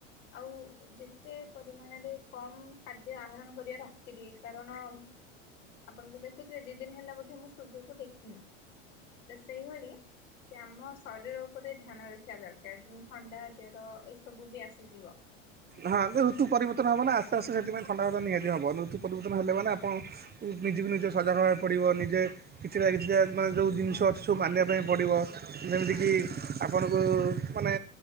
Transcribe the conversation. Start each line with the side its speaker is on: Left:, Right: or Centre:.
Left: ଆଉ ଯେତେ ପରିମାଣରେ କମ ଖାଦ୍ୟ ଆହରଣ କରିବା ରାତିରେ କାରଣ ଆପଣ ତ ଦେଖୁଥିବେ ଦି ଦିନ ହେଲା ବ ମୁଁ ସୂର୍ଯ୍ୟଙ୍କୁ ଦେଖିନି ତ ସେଇଭଳି ଆମ ଶରୀର ଉପରେ ଧ୍ୟାନ ରଖିବା ଦରକାର ଯେମତି ଥଣ୍ଡା ଜର ଏସବୁ ବି ଆସିଯିବ
Right: ହଁ ଋତୁ ପରିବର୍ତ୍ତନ ହବ ନା ଆସ୍ତେ ଆସ୍ତେ ସେଥିପାଇ ଥଣ୍ଡାା
Left: ହଁ
Right: ନିହାତି ହବ ଋତୁ ପରିବର୍ତନ ହେଲେ ମାନ ଆପଣ ନିଜକୁ ନିଜ ସଜା ଖବାକୁ ପଡ଼ିବ ନିଜେ କିଛିଟା କିଛିଟା ମାନେ ଯୋଉ ଜିନିଷ ଅଛି ସବୁ ମାନିବା ପାଇଁ ପଡିବ ଯେମିତିକି
Left: ଆଜ୍ଞା ଆଜ୍ଞା
Right: ଆପଣଙ୍କୁ ମାନେ